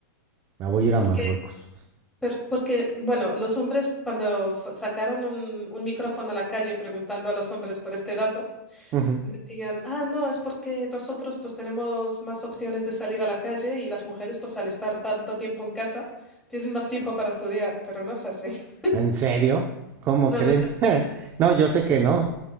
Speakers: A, on the right; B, in the centre.
A: Me voy a ir a
B: Porque,
A: Marruecos.
B: per- porque, bueno, los hombres cuando f- sacaron un, un micrófono a la calle preguntando a los hombres por este dato,
A: Ujú.
B: Dirían, ah, no, es porque nosotros pues tenemos más opciones de salir a la calle y las mujeres pues al estar tanto tiempo en casa tienen más tiempo para estudiar, pero no es así. <laughs>
A: ¿En serio? ¿Cómo
B: No,
A: creen?
B: no es así.
A: <laughs> no, yo sé que no,